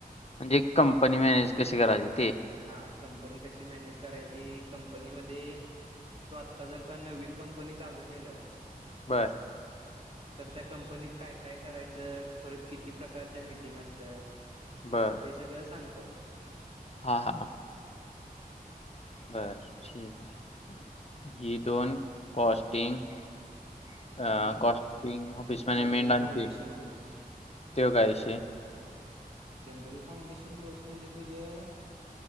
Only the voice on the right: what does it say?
हा कंपनी कशी मॅनेज करायची कंपनीमध्ये... तो आता जर का नवीन कंपनी चालू केला आहे.
तर त्या कंपनीत काय काय करायचं परत किती प्रकारच्या मीटिंग असत्यात.
हे सगळं सांगत्यात..
आणि
जनरल फाउंडेशन
कोर्स
जनरल फाउंडेशन कोर्स म्हणजे तुझं.